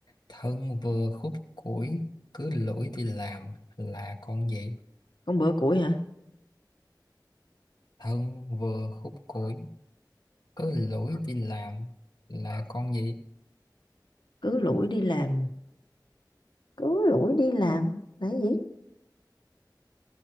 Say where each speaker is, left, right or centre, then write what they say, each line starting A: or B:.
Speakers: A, on the left (about 65°); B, on the left (about 85°).
A: thân vừa khúc củi cứ lủi đi làm là con gì
B: con bữa củi hả
A: thân vừa khúc củi cứ lủi đi làm là con gì
B: cứ lủi đi làm cứ lủi đi làm là cái gì